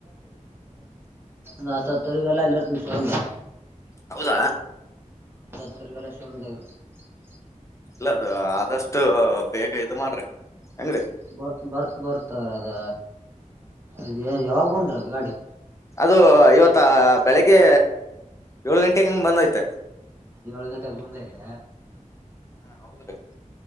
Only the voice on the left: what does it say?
ಹೌದ.
ಇಲ್ಲ ಅದು ಆದಷ್ಟು ಬೇಗ ಇದ್ ಮಾಡ್ರಿ. ಹೆಂಗ್ರೀ
ಅದು ಇವತ್ತ ಬೆಳಗ್ಗೆ ಏಳು ಗಂಟೆಗೆ ಹಂಗ್ ಬಂದೈತೆ
ಹಾ ಹೌದ್ರೀ.